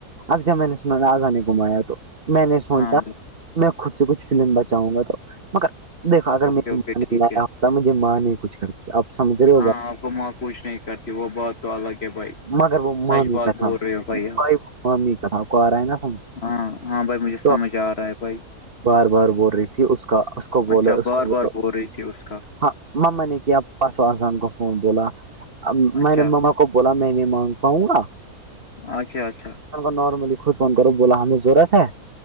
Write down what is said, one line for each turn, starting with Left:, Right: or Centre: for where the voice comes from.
Right: اب جب میں نے سنا راجہ نے گھمایا تو میں نے سوچا
Left: ہاں بھائی
Right: میں خود سے کچھ فلم بچاؤں گا تو مگر دیکھا اگر
Left: اوکے
Right: میں
Left: اوکے ٹھیک ہے
Right: اتنامجھے ماں نہیں کچھ کرتی آپ سمجھ رہے ہو
Left: ہاں
Right: بات
Left: آپ ماں کچھ نہیں کرتی وہ بہت تو الگ ہے بھائی
Right: مگر وہ
Left: سچ
Right: مامی
Left: بات
Right: کاکام
Left: بول رہے ہو بھائی آپ
Right: بھائ مامی کےیہاں کوئ ا رہا ہے نہ سمجھ
Left: ہاں ہاں بھائی مجھے
Right: تو
Left: سمجھ آ رہا ہے بھائی
Right: بار بار بول رہی تھی اس کا اس کو بولا
Left: اچھا
Right: اس
Left: بار
Right: کوبولا
Left: بار بول رہی تھی اس کا
Right: ہاں ماما نے کیا پرسو ازان کو فون بولا
Left: اچھا
Right: میں نے ما ما بولا میں نہیں مانگ پاؤں گا
Left: اچھا اچھا
Right: نارملی خود فون کرو بولا ہمیں ضرورت ہے